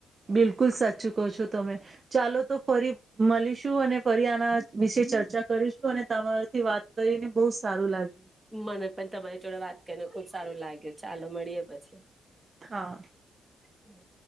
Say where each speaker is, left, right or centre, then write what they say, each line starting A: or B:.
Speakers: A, on the right; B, on the right.
A: બિલકુલ સાચું કહો છો તમે ચાલો તો ફરી મળીશું અને ફરી આના વિશે ચર્ચા ચા કરીશું અને તમારાથી વાત કરીને બહુ સારું લાગ
B: મને પણ તમારી જોડે વાત કરીને ખુબ સારું લાગે ચાલો મળીએ પછી.
A: હા
B: હમ.